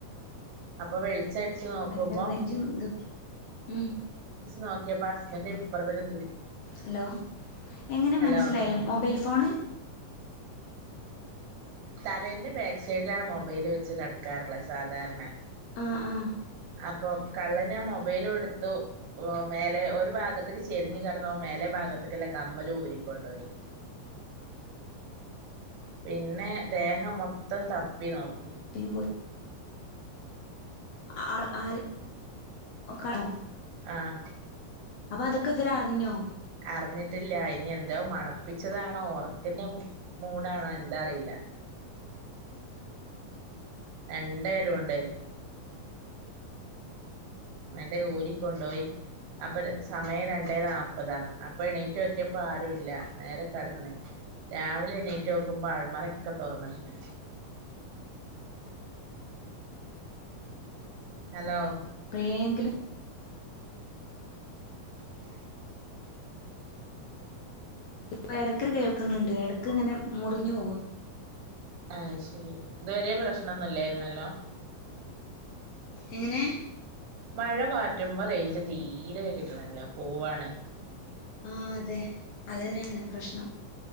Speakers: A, on the right; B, on the left.
A: അപ്പൊ വളിച്ച നോക്കുമ്പം
B: ഭയങ്കര റേഞ്ചും ഇതും ഉം
A: നോക്കിയപ്പം ഹസ്ബെന്റ് ഇപ്പർതത്ത് ക്ക്
B: ഹലോ എങ്ങനെ
A: ഹലോ
B: മനസ്സിലായില്ല മൊബൈൽ ഫോണ്
A: തലേന്റെ ബാക്ക് സൈഡിലാണ് മൊബൈല് വെച്ച് കിടക്കാറുള്ളത് സാധാരെണ
B: ആഹ് ആഹ്
A: അപ്പൊ കള്ളനെ മൊബൈല് ഒടുത്തു മേലെ ഒരു ഭാഗത്തേക്ക് ചെരിഞ്ഞഞ് കടന്ന പോ മേലെ ഭാഗത്തക്കല്ലാം കമ്മലും ഊരിക്കൊണ്ടുപോയി പിന്നെ ദേഹം മൊത്തം തപ്പി നോക്കി
B: <unintelligible> അഹആര് <unintelligible>
A: ആഹ്
B: അപ്പൊ അതൊക്കെ ഇവര അറിഞ്ഞോ
A: അറിഞ്ഞിട്ടില്ല ഇനി എന്തോ മണപ്പിച്ചതാണോ ഓർക്ക്ൻ്റെ മൂടാണോ എന്താ അറിയില്ല രണ്ട രു ണ്ടെ എന്നിട്ട് ഊരി കൊണ്ടോയി അപ്പൊ സമയം രണ്ടേ നാല്പ്പതാ അപ്പൊ എണീറ്റ് വോക്കിയപ്പോ ആരുല്ല നേരെ കട്ന്ന് രാവിലെ എണീറ്റ് വോക്കുമ്പോ അൾമറൊക്കെ തുറന്നിട്ടുക്ണെ ഹലോ
B: പ്പേങ്കിലും
A: <unintelligible>
B: ഇപ്പൊ എടക്ക് കേൾക്കുന്നുണ്ട് എടക്ക് ഇങ്ങനെ മുറിഞ്ഞു പോവാ
A: ആഹ് ശെരി ഇതുവരെ പ്രശ്നൊന്നുംല്ലായിരുന്നല്ലോ
B: എങ്ങനെ
A: മഴ പാറ്റുമ്പോ റേഞ്ച് തീരെ വെർ <unintelligible> ക്ണ് ല്ലപോവാണ്
B: ആഹ് അതെ അതന്നേണ് പ്രശ്നം